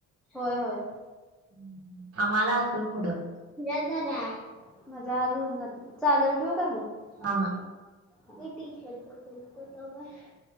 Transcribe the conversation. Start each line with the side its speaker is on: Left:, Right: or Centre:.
Centre: होय
Right: <inaudible>
Centre: होय.
Right: <inaudible> आम्हाला असेल पुढं.
Centre: <unintelligible> म्हणजे आज होऊन जातील. चालेल ठेवू का मग?
Right: हा हा.
Centre: <unintelligible>